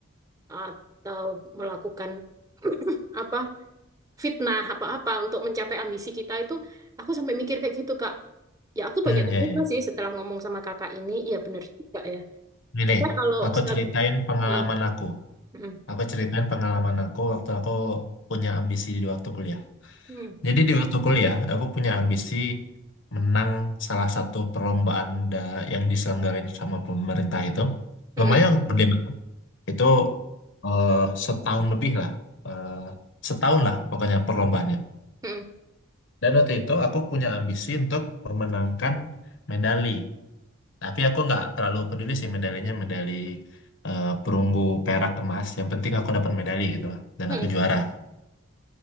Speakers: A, on the right (about 15°); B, on the left (about 60°).
A: atau melakukan <clears throat> apa fitnah apa-apa untuk mencapai ambisi kita itu aku sampai mikir kayak gitu Kak. Ya aku
B: Hmm,
A: banyak terbuka
B: iya, iya.
A: sih setelah ngomong sama kakak ini, iya bener juga ya.
B: Ini
A: Kita
B: nih,
A: kalau
B: aku
A: serat,
B: ceritain pengalaman
A: nah,
B: aku.
A: mm,
B: Aku ceritain pengalaman aku waktu aku punya ambisi di waktu kuliah.
A: mm,
B: Jadi di waktu kuliah, aku punya ambisi menang salah satu perlombaan da- yang diselenggarain sama pemerintah itu.
A: mm.
B: Lumayan gede banget. Itu eh, setahun lebih lah. Eh, setahun lah pokoknya perlombaannya.
A: <laughs>
B: Dan waktu itu aku punya ambisi untuk memenangkan medali. Tapi aku nggak terlalu peduli sih medalinya medali eh, perunggu, perak, emas. Yang penting aku dapat medali gitu lah. Dan
A: Hmm,
B: aku
A: hmm,
B: juara.